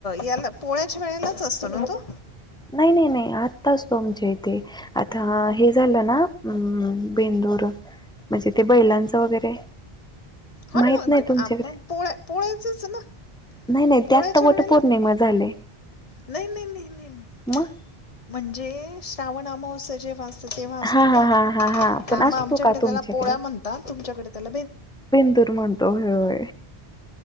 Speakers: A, on the left (about 40°); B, in the centre.
A: याला पोळाच्या वेळेलाच असतो ना तो
B: नाही नाही नाही आत्ताच तोमच्या इथे आता हे झालं ना, हम्म बेंदूर म्हणजे ते बैलांचं वगैरे
A: हो
B: माहित
A: ना म्हणते
B: नाही तुमच्याकडे
A: आपण पोळ्या पोळ्याचच ना
B: नाही नाही
A: पोळ्याच्या
B: त्या आतता वट
A: वेळेला
B: पौर्णिमा झाले.
A: नाही नाही नाही नाही नाही
B: मग
A: म्हणजे श्रावण अमावस्या जे वाच तेव्हा असतो
B: हा
A: ना
B: हा हा हा हा पण
A: आ
B: असतो
A: आमच्याकडे
B: का तुमच्याकडे
A: त्याला पोळ्या म्हणता, तुमच्याकडे कर्
B: बेंदूर म्हणतो होय होय